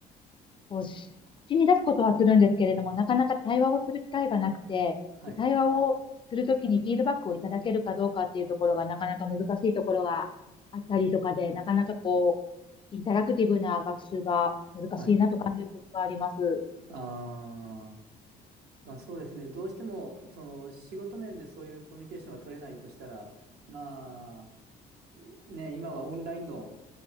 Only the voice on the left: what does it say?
こうし、口に出すことはするんですけれども、なかなか対話をする機会がなくて、
で、対話をするときにフィードバックをいただけるかどうかっていうところがなかなか難しいところがあったりとかで、なかなかこう、インタラクティブな学習が難しいなと感じることがあります。